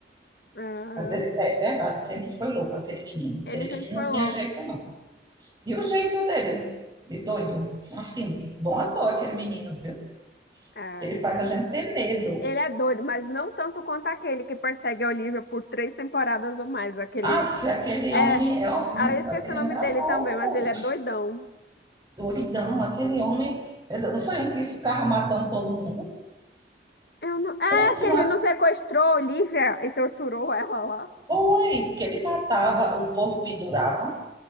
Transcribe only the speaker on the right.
Mas ele, é verdade, sempre foi louco aquele menino.
Aquele
menino
não
tinha jeito, não. E o jeito dele, de doido. Assim, bom ator aquele menino, viu?
Que ele faz a gente ter medo.
Aff, aquele
homem é horrível.
Aquele
homem era
louco.
doidão, aquele homem. Não foi um que ficava matando todo mundo?
Um que
matou.
Foi, que ele matava, o povo pendurava.